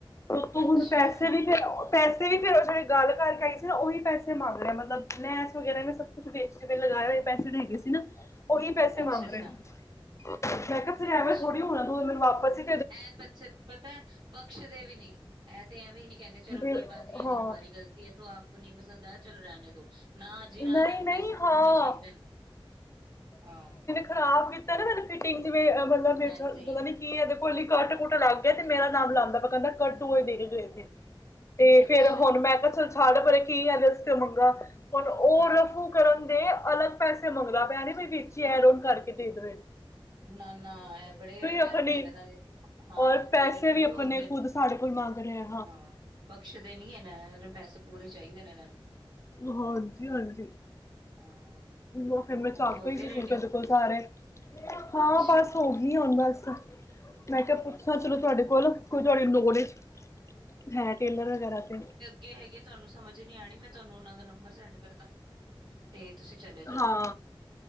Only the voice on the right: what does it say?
ਅੱਛਾ।
ਅੱਛਾ-ਅੱਛਾ,
ਅੱਛਾ,
ਐ ਪੱਛਤ ਪਤੈ ਬਖਸ਼ਦੇ ਵੀ ਨੀ ਐ ਤੇ ਐਂਵੇ ਨੀ ਕੈਂਦੇ ਚਲੋ
ਕੋਈ ਬਾਤ ਨੀ ਅਗਰ
ਹਮਾਰੀ ਗਲਤੀ ਹੈ ਤੋ ਆਪਕੋ ਨਈ ਪਸੰਦ ਆਯਾ ਚਲੋ ਰਹਿਣੇ ਦੋ। ਨਾ ਜੀ ਨਾ
ਐਨਾਂ ਨੂੰ
ਪੈਸੇ ਤੇ
ਪੂਰੇ ਚਾਈਦੇ ਨ, ਹਾਂ।
ਹਾਂਜੀ।
ਅੱਛਾ,
ਹਾਂ,
ਨਾ-ਨਾ ਐ ਬੜੇ ਨੈ
ਟੇਲਰਾਂ ਦੇ ਹਾਂ,
ਟੇਲਰ
ਬੜੇ
ਓ ਹੁੰਦੇ ਨ,
ਹਾਂ। ਬਖਸ਼ਦੇ ਨੀ ਐਨਾਂ ਐਂ ਨੂੰ ਪੈਸੇ ਪੂਰੇ ਚਾਈ ਦੇ ਨੇ ਏਨਾਂ ਨੂੰ।
ਹਾਂ।
ਹੋਰ ਹੋ
ਗਏ
ਰੈਡੀ?
ਅੱਛਾ।
ਕਿਹਾ ਈ ਏ, ਤੁਹਾਨੂੰ ਸਮਝ ਨੀ ਆਉਣੀ, ਮੈਂ ਤੁਹਾਨੂੰ ਉਹਨਾਂ ਦਾ ਨੰਬਰ ਸੈਂਡ ਕਰ ਦਿੱਤਾ ਤੇ ਤੁਸੀਂ ਚਲੇ ਜਾਣਾ।